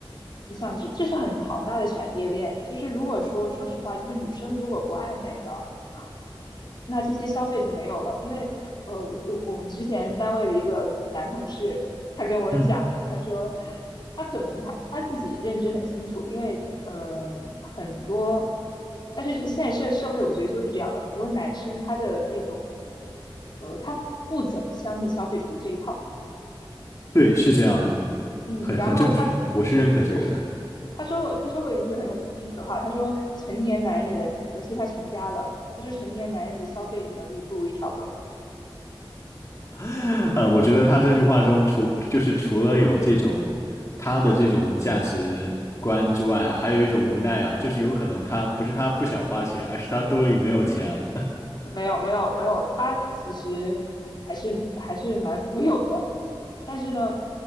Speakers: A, on the left; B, on the left.
A: 你想这这是很庞大的产业链，就是如果说说实话，就是女生如果不爱美了。那这些消费就没有了，因为呃，我我们之前单位的一个男同事，他跟我讲，
B: 嗯，
A: 他说他可能他他自己认知很清楚，因为呃很多，但是现在社社会我觉得就是这样的，很多男生他的那种，呃，他不怎么相信消费主义这一套，
B: 对，是这样的，
A: 嗯，
B: 很很正确，
A: 然后他
B: 我是认可这个的。
A: 他是他说过他说过一句很有意思的话，他说成年男人，尤其他成家了，他说成年男人的消费能力不如一条狗，
B: <laughs> 呃，我觉得他这句话中除就是除了有这种他的这种价值观之外，
A: 嗯。
B: 还有一种无奈啊，
A: 嗯，
B: 就是有可能他不是他不想花钱，而是他兜里没有钱啊。
A: 没有没有没有，他其实还是还是蛮富有的，但是呢，